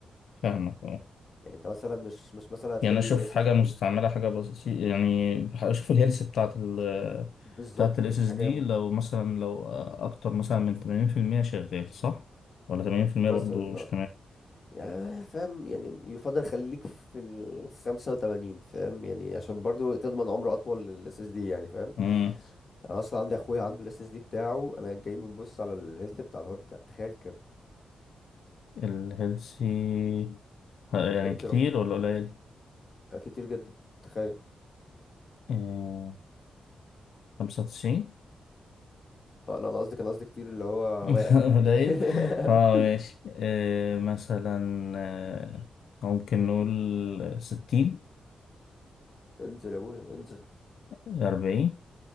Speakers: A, on the left (about 75°); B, on the left (about 40°).
A: فاهمك اه
B: يعني انت مثلا مش مش مثلا هتلاقي
A: يعني اشوف
B: اس
A: حاجه
B: اس دي
A: مستعمله حاجه بسيطه يعني بح- اشوف الهيلث بتاعت ال
B: بالظبط
A: بتاعت الاس
B: يعني
A: اس
B: حاجه
A: دي
B: م-
A: لو مثلا لو اكتر مثلا من 80% شغال صح ولا 80%
B: مثلا
A: برضو مش
B: اه يعني فاهم يعني يفضل خليك في ال 85 فاهم يعني عشان برضو تضمن عمر اطول للاس اس دي يعني فاهم
A: تمام
B: انا اصلا عندي اخويا عنده الاس اس دي بتاعه انا جاي بنبص على الهيلث بتاع الهارد ده تخيل كام
A: الهيلثي ه- يعني
B: ادي
A: كتير
B: رقم
A: ولا قليل؟
B: ده كتير جدا تخيل
A: آه، خمسة وتسعين
B: اه لا انا قصدي كان قصدي كتير اللي هو
A: <laughs>
B: واقع يعني
A: قليل
B: فاهم
A: اه
B: <laughs>
A: ماشي آه، مثلا آه، ممكن نقول ستين
B: انزل يا ابويا انزل
A: أربعين